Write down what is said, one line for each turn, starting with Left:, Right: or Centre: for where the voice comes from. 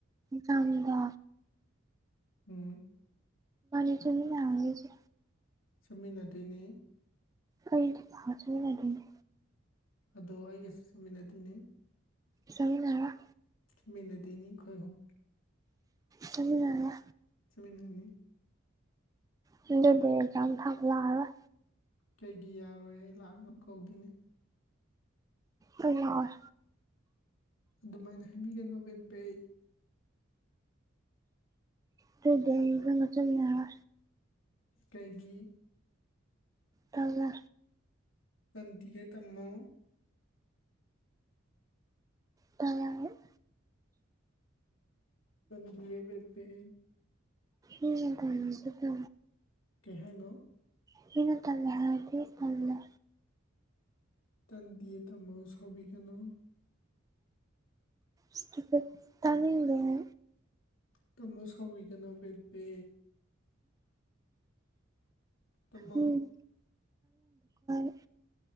Right: ꯆꯥꯡꯗ
Left: ꯎꯝ
Right: ꯏ ꯇꯨꯝꯃꯤꯅꯔꯣꯏꯖꯦ
Left: ꯆꯠꯃꯤꯟꯅꯗꯣꯏꯅꯦ
Right: ꯑꯩꯗꯤ ꯊꯥꯖ ꯊꯥꯖꯅꯕꯤ
Left: ꯑꯗꯣ ꯑꯩꯒꯁꯨ ꯆꯥꯃꯤꯟꯅꯗꯣꯏꯅꯦ
Right: ꯆꯥꯃꯤꯟꯅꯔꯣꯏ
Left: ꯇꯨꯃꯤꯟꯅꯗꯨꯢꯅꯤ ꯈꯣꯏ ꯍꯨꯨꯝ
Right: ꯊꯨꯃꯤꯟꯅꯔꯣꯏ
Left: ꯊꯨꯃꯤꯟꯅꯅꯤ
Right: ꯍꯟꯗꯛꯇꯤ ꯑꯦꯛꯖꯥꯝ ꯊꯥꯕ ꯂꯥꯛꯑꯔꯣꯢ
Left: ꯀꯩꯒꯤ ꯌꯥꯔꯣꯏ ꯑꯩ ꯂꯥꯛꯅꯕ ꯀꯧꯗꯣꯏꯅꯦ
Right: ꯑꯩ ꯂꯥꯛꯑꯣꯏ
Left: ꯑꯗꯨꯃꯥꯏꯅ ꯍꯥꯏꯕꯤꯒꯅꯨ ꯕꯦ ꯕꯦꯠ
Right: ꯇꯨꯗꯤ ꯑꯩ ꯅꯪꯒ ꯖꯨ ꯂꯥꯑ
Left: ꯀꯩꯒꯤ
Right: ꯇꯜꯂꯦ
Left: ꯇꯟꯗꯤꯌꯦ ꯇꯟꯅꯣ
Right: ꯇꯜꯂꯦ ꯍꯥꯏꯕ ꯑꯩ
Left: ꯇꯟꯗꯤꯌꯦ ꯕꯦꯕ ꯄꯦ ꯅꯦ
Right: ꯎꯝꯍꯨꯝ ꯍꯨꯝ ꯍꯨ
Left: ꯀꯩ ꯍꯥꯏꯅꯣ
Right: ꯑꯩꯅ ꯇꯜꯂꯦ ꯍꯥꯏꯔꯗꯤ ꯇꯜꯂꯦ
Left: ꯇꯟꯗꯤꯌꯦ ꯇꯥꯃꯣ ꯁꯥꯎꯕꯤꯒꯅꯣ
Right: ꯁꯇꯨꯄꯤꯗ ꯇꯥꯅꯤꯡꯗꯦ ꯍꯦ
Left: ꯇꯨꯝꯃꯣ ꯁꯥꯎꯕꯤꯒꯅꯣ ꯕꯦꯕꯦ ꯇꯥꯃꯣ
Right: ꯎꯝ <unintelligible>